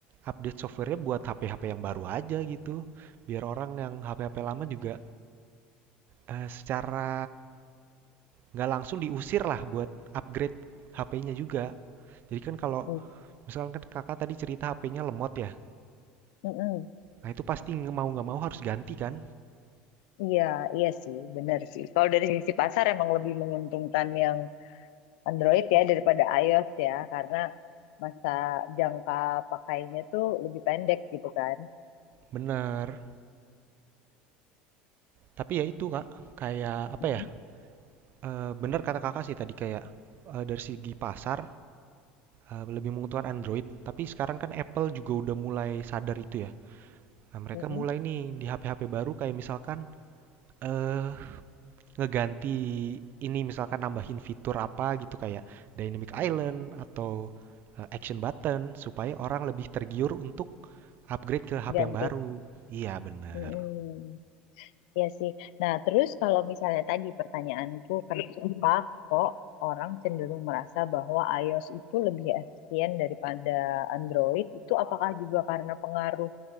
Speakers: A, on the right; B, on the left.
A: update softwarenya buat HP-HP yang baru aja gitu. Biar orang yang HP-HP lama juga eh, secara nggak langsung diusir lah buat upgrade HP-nya juga. Jadi kan kalau
B: mm,
A: misalkan kan kakak tadi cerita HP-nya lemot ya.
B: mm-mm.
A: Nah itu pasti nge- mau nggak mau harus ganti kan?
B: Iya, iya sih, benar sih. Kalau dari sisi pasar emang lebih menguntungkan yang Android ya daripada iOS ya, karena masa jangka pakainya tuh lebih pendek gitu kan.
A: Bener. Tapi ya itu Kak, kayak apa
B: Mm-mm,
A: ya? Eh bener kata Kakak sih tadi kayak eh, dari segi pasar eh, lebih menguntungkan Android. Tapi sekarang kan Apple juga udah mulai sadar itu ya. Nah, mereka
B: mm-mm.
A: mulai nih di HP-HP baru kayak misalkan eh ngeganti ini misalkan nambahin fitur apa gitu kayak Dynamic Island atau eh, Action Button supaya orang lebih tergiur untuk upgrade ke HP
B: Ganti.
A: yang baru. Iya, bener.
B: Mm-mm. Iya sih. Nah, terus kalau misalnya tadi pertanyaanku, kenapa kok orang cenderung merasa bahwa iOS itu lebih efisien daripada Android? Itu apakah juga karena pengaruh